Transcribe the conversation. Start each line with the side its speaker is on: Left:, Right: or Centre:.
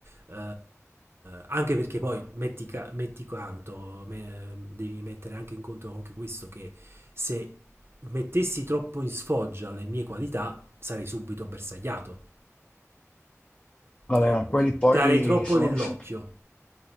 Right: Eh, anche perché poi metti, ca- metti quanto, me- devi mettere anche in conto anche questo che se mettessi troppo in sfoggia le mie qualità, sarei subito bersagliato.
Left: Vabbè,
Right: Cioè,
Left: ma quelli
Right: darei
Left: poi
Right: troppo
Left: sono...
Right: nell'occhio.
Left: sì,